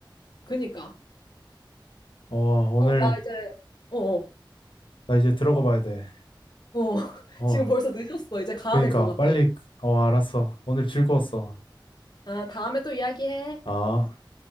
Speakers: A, on the left; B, on the left.
A: 그니까.
B: 어, 오늘
A: 어, 나 이제, 어어.
B: 나 이제 들어가 봐야 돼.
A: 어, <laughs>
B: 어,
A: 지금 벌써 늦었어. 이제 가야
B: 그러니까
A: 될 것 같아.
B: 빨리. 어, 알았어. 오늘 즐거웠어.
A: 아, 다음에 또 이야기해.
B: 아.